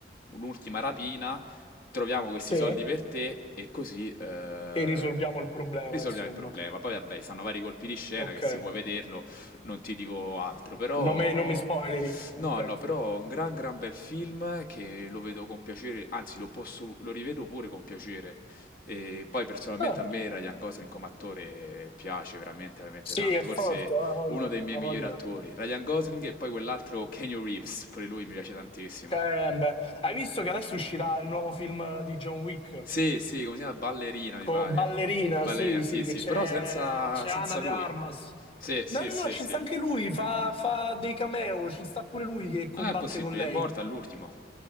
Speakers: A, on the left; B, on the left.
A: un'ultima rapina troviamo questi
B: Sì.
A: soldi
B: E
A: per te e così eh,
B: risolviamo il problema,
A: risolviamo
B: insomma.
A: il problema. Poi vabbè, stanno vari colpi di scena
B: Ok.
A: che se vuoi vederlo non ti dico altro, però
B: Non mi, non mi spoileri. Ok.
A: no, no, però è un gran gran bel film che lo vedo con piacere, anzi lo posso, lo rivedo pure con piacere. E poi personalmente
B: Ah,
A: a me Ryan Gosling come attore piace veramente veramente
B: sì,
A: tanto,
B: è forte.
A: forse
B: Ha voglia,
A: uno dei miei
B: ha
A: migliori
B: voglia.
A: attori, Ryan Gosling e poi quell'altro Keanu Reeves, pure lui mi piace tantissimo.
B: Eh, beh. Hai visto che adesso uscirà il nuovo film di John Wick?
A: Sì, sì, come si chiama? Ballerina,
B: Con
A: mi pare.
B: ballerina,
A: Ballerina,
B: sì, sì,
A: sì,
B: che
A: sì,
B: c'è
A: però senza,
B: c'è
A: senza
B: Ana de
A: lui.
B: Armas.
A: Sì, sì,
B: No, no,
A: sì,
B: no, ci
A: sì.
B: sta anche lui, fa, fa dei cameo, ci sta pure lui che combatte
A: Non è possibile,
B: con lei.
A: è morta all'ultimo.